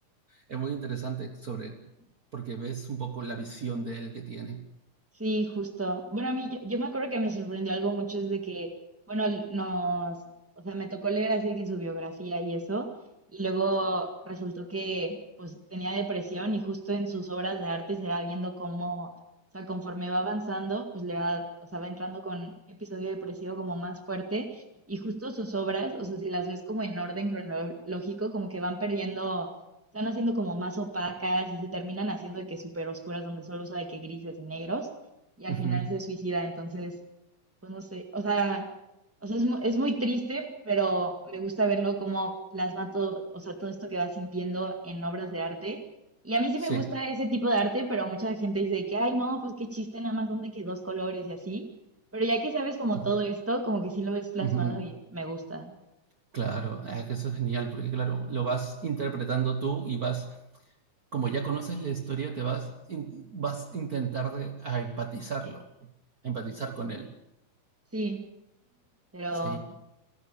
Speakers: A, on the right; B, in the centre.
A: es muy interesante sobre, porque ves un poco la visión de él que tiene.
B: Sí, justo. Bueno, a mí yo, yo me acuerdo que me sorprendió algo mucho es de que, bueno, l- nos, o sea, me tocó leer así de que su biografía y eso, y luego resultó que pues tenía depresión y justo en sus obras de arte se va viendo cómo, o sea, conforme va avanzando, pues le va, o sea, va entrando con episodio depresivo como más fuerte y justo sus obras, o sea, si las ves como en orden cronológico, como que van perdiendo, están haciendo como más opacas y se terminan haciendo de que súper oscuras donde solo usa de que grises y negros y al
A: Ujú,
B: final se suicida. Entonces, pues no sé, o sea, o sea es, mu- es muy triste, pero me gusta verlo como plasma todo, o sea, todo esto que va sintiendo en obras de arte. Y a mí sí
A: Sí.
B: me gusta ese tipo de arte, pero mucha gente dice que, ay, no, pues qué chiste, nada más donde que dos colores y así. Pero ya que sabes como
A: Ujú,
B: todo esto, como que sí lo ves plasmado
A: ujú,
B: y me gusta.
A: Claro, ah, que eso es genial, porque claro, lo vas interpretando tú y vas como ya conoces la historia, te vas, in- vas a intentar de- a empatizarlo, a empatizar con él.
B: Sí, pero
A: Sí.